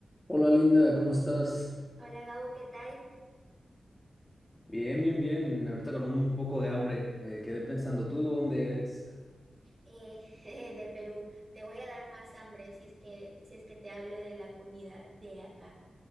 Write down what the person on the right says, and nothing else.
Hola Gabo, ¿qué tal?
Eh, <laughs> de Perú. Te voy a dar más hambre si es que, si es que te hablo de la comida de acá.